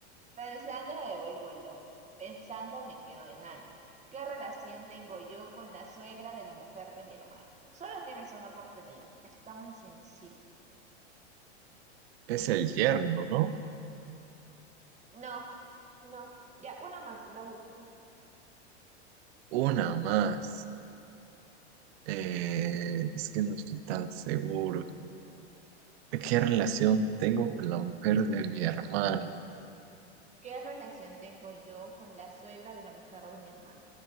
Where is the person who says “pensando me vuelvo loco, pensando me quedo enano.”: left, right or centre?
Right